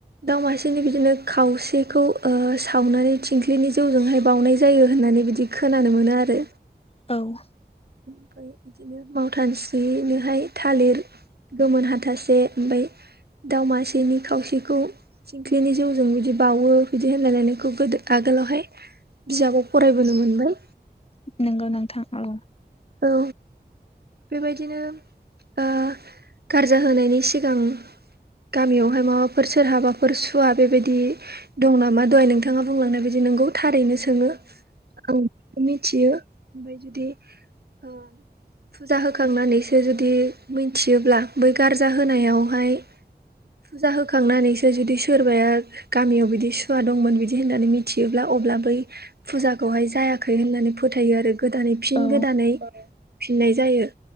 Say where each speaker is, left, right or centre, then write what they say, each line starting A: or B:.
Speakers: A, on the right; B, on the left.
A: दाउ मासेनो बिदिनो खावसेखौ ओ सावनानै थिंख्लिनि जौजोंहाय बावनाय जायो होननानै बिदि खोनानो मोनो आरो।
B: औ।
A: ओमफ्राय बिदिनो मावथानसुयैनोहाय थालिर गोमोन हाथासे ओमफाय दाव मासेनि खावसेखौ थिंख्लिनि जौजों बिदि बावो बिदि होनलाय लायनायखौ गोदो आगोलावहाय बिजाबाव फरायबोनो मोनबाय।
B: नोंगौ नोंथां औ।
A: औ। बेबायदिनो ओ गारजा होनायनि सिगां गामियावहाय माबाफोर सोरहाबाफोर सुवा बेबायदि दं नामा दहाय नोंथाङा बुंलांनाय बादि नंगौ थारैनो। सोङो औ मिथियो ओमफ्राय जुदि ओ फुजा होखांनानैसो जुदि मिथियोब्ला बै गारजा होनायावहाय। फुजा होखांनानैसो जुदि सोरबाया गामियाव बिदि सुवा दंमोन बिदि होननानै मिथियोब्ला अब्ला बै फुजाखौहाय जायाखै होननानै फोथायो आरो गोदानै फिन
B: औ
A: गोदानै फिननाय जायो।